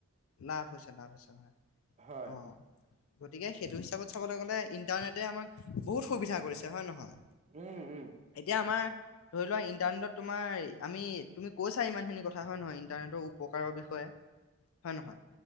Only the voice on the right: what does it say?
হয়
উম, উম।